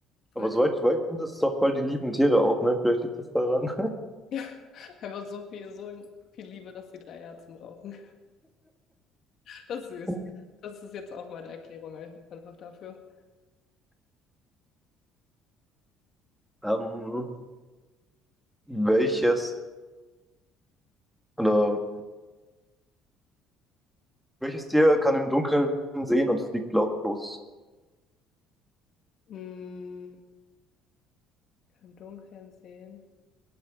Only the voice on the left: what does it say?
Voll
krass.
<laughs>
Ja, einfach so viel, so viel Liebe, dass die drei Herzen brauchen. Das ist süß.
Das ist jetzt auch meine Erklärung äh, einfach dafür.
Mm. Kann im Dunkeln sehen.